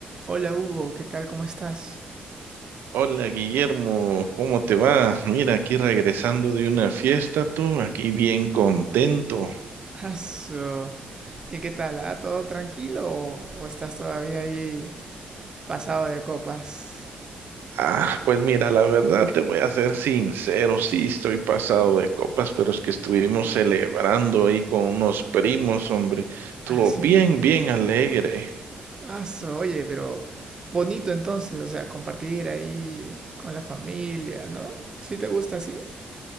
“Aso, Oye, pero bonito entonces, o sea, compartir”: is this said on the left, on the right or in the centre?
Right